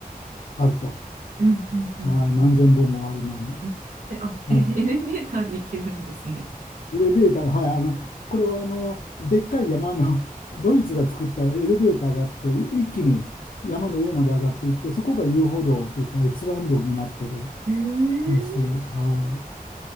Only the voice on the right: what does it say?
うんうんうんうん。
え、えあ、
え、エレベーターで行けるんですね。
えー、